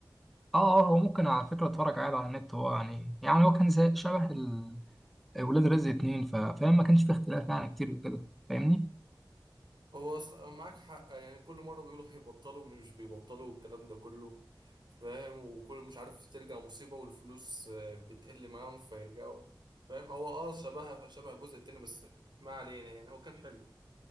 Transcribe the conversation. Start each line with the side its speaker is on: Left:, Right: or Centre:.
Centre: اه اه هو ممكن على فكره اتفرج عادي على النت هو يعني يعني هو كان زي شبه ال- ولاد رزق اتنين ف- فاهم ما كانش فيه اختلاف يعني كتير وكده فاهمني
Right: هو أص- معاك حق يعني كل مره بيقولوا هيبطلوا مش بيبطلوا والكلام ده كله فاهم وكل مش عارف ترجع مصيبه والفلوس آه، بتقل معاهم فيرجعوا فاهم هو اه شبه شبه الجزء التاني بس ما علينا يعني هو كان حلو